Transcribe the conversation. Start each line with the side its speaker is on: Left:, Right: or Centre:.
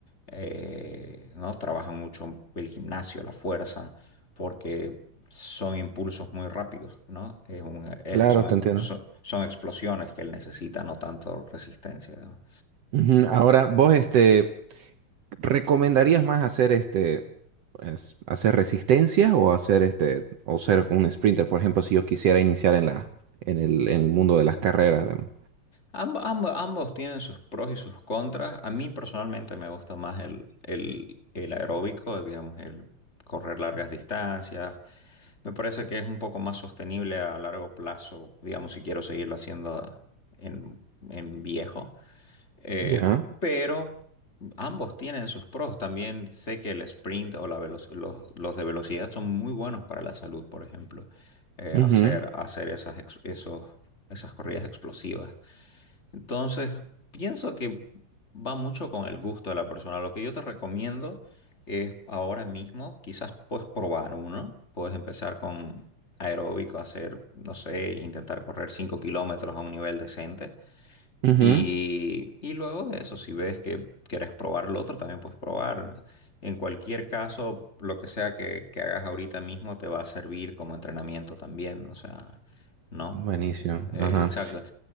Left: eh, ¿no? Trabajan mucho el gimnasio, la fuerza, porque son impulsos muy rápidos, ¿no? Es un- eh,
Right: Claro,
Left: son,
Right: te entiendo.
Left: son- son explosiones que él necesita, no tanto resistencia, ¿no?
Right: Ujú. Ahora, vos, este, ¿recomendarías más hacer este, pues, hacer resistencia o hacer este, o ser un sprinter, por ejemplo, si yo quisiera iniciar en la, en el, en el mundo de las carreras, digamos?
Left: Amb- amb- ambos tienen sus pros y sus contras. A mí personalmente me gusta más el, el, el aeróbico, digamos, el correr largas distancias, Me parece que es un poco más sostenible a largo plazo, digamos, si quiero seguirlo haciendo en, en viejo. Eh,
Right: Ya.
Left: pero ambos tienen sus pros. También sé que el sprint o la velo- los, los de velocidad son muy buenos para la salud, por ejemplo. Eh,
Right: Ujú,
Left: hacer, hacer esas, ex- esos- esas corridas explosivas. Entonces, pienso que va mucho con el gusto de la persona. Lo que yo te recomiendo es ahora mismo, quizás puedes probar uno, puedes empezar con aeróbico, hacer, no sé, intentar correr 5 kilómetros a un nivel decente
Right: ujú.
Left: y, y luego de eso, si ves que quieres probar lo otro, también puedes probar. En cualquier caso, lo que sea que, que hagas ahorita mismo te va a servir como entrenamiento también. O sea, ¿no?
Right: Buenísimo.
Left: Eh, eh,
Right: Ajá.
Left: exacto.